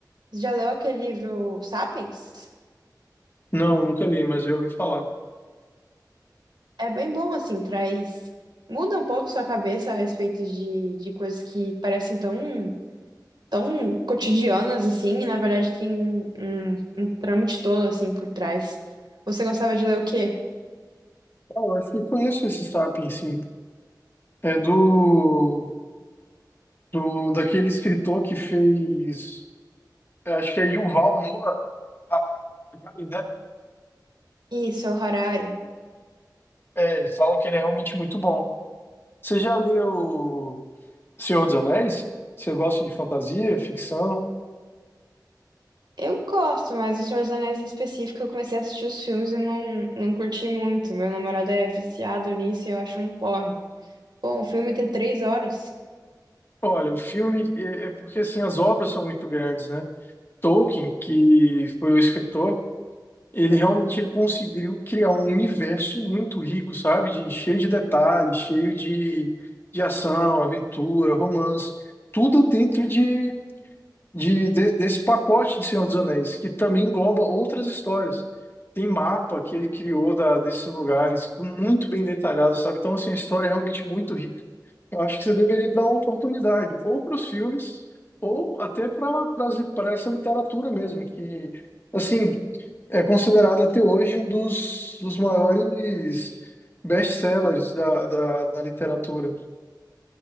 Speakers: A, on the right; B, on the left.
A: Já leu aquele livro Sapiens?
B: Não, nunca li, mas eu ouvi falar.
A: é bem bom, assim, traz. Muda um pouco sua cabeça a respeito de, de coisas que parecem tão, tão cotidianas, assim, e na verdade tem um, um, um trâmite todo, assim, por trás. Você gostava de ler o quê?
B: Ah, eu acho que eu conheço esse Sapiens, sim. É do, do daquele escritor que fez, eu acho que é Yuval Noah Harari, né?
A: Isso, é o Harari.
B: É, eles falam que ele é realmente muito bom. Você já leu Senhor dos Anéis? Você gosta de fantasia, ficção?
A: Eu gosto, mas O Senhor dos Anéis em específico, eu comecei a assistir os filmes e não, não curti muito. Meu namorado é viciado nisso e eu acho um porre. Bom, o filme tem três horas.
B: Olha, o filme é é porque assim as obras são muito grandes, né? Tolkien, que foi o escritor, ele realmente ele conseguiu criar um universo muito rico, sabe? De- cheio de detalhes, cheio de, de ação, aventura, romance, tudo dentro de de, de- desse pacote de Senhor dos Anéis, que também engloba outras histórias. Tem mapa que ele criou da, desses lugares, muito bem detalhado, sabe? Então, assim, a história é realmente muito rica. Eu acho que você deveria dar uma oportunidade, ou para os filmes, ou até para essa literatura mesmo, que, assim, é considerada até hoje um dos, dos maiores best-sellers da, da da literatura.